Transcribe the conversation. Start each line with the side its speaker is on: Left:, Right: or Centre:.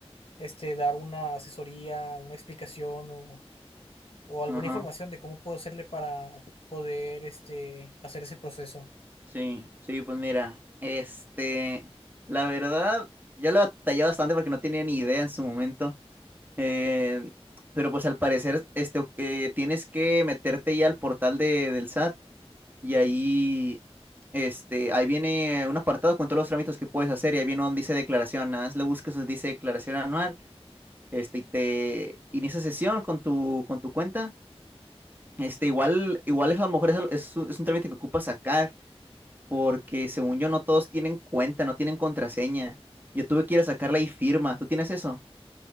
Left: este, dar una asesoría, una explicación o, o alguna
Right: ajá.
Left: información de cómo puedo hacerle para poder este, hacer ese proceso.
Right: Sí, sí, pues mira, este, la verdad, yo lo batallé bastante porque no tenía ni idea en su momento. eh, pero pues al parecer, este, eh, tienes que meterte ya al portal de, del SAT y ahí, este, ahí viene un apartado con todos los trámites que puedes hacer y ahí viene donde dice declaración. Nada más le buscas donde dice declaración anual, este, y te inicia sesión con tu, con tu cuenta. Este, igual, igual eso a lo mejor es, al- es un es un trámite que ocupa sacar, porque según yo no todos tienen cuenta, no tienen contraseña. Yo tuve que ir a sacarla y firma. ¿Tú tienes eso?